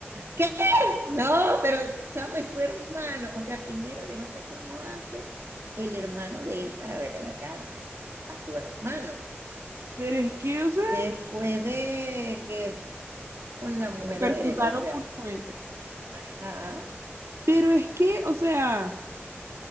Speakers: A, on the right (about 70°); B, on the right (about 80°).
A: ¿Qué? No, pero chamo es su hermano. O sea, primero yo no sé cómo hace el hermano de él para verle la cara a su hermano.
B: Pero es que, o sea,
A: Después de que es con la mujer
B: percutaron
A: de él, o sea,
B: puramente.
A: ajá.
B: Pero es que, o sea,